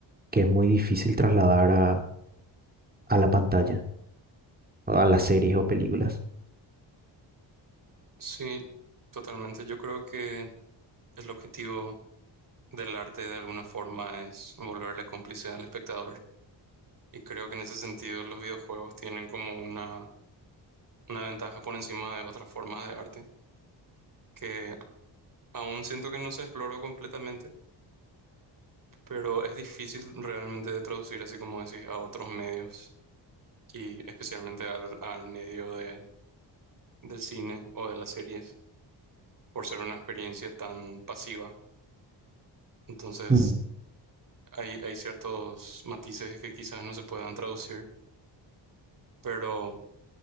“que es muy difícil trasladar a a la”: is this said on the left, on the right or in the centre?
Right